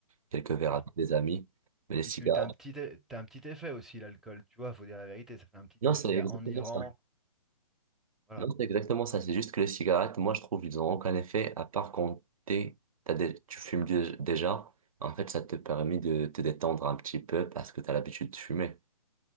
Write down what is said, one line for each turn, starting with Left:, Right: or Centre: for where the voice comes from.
Right: quelques verres
Centre: Voilà.
Right: avec des amis. Mais les
Centre: Puis
Right: cigarettes,
Centre: tu t'as un petit, e- t'as un petit effet aussi, l'alcool, tu vois, faut dire la vérité, ça fait un petit
Right: non,
Centre: effet
Right: c'est exactement
Centre: enivrant.
Right: ça.
Centre: Voilà,
Right: Non, c'est exactement ça. C'est juste que les cigarettes, moi, je trouve, ils ont aucun effet, à part quand t'es, t'as des- tu fumes dé- déjà. En fait, ça te permet de te détendre un petit peu parce que t'as l'habitude de fumer.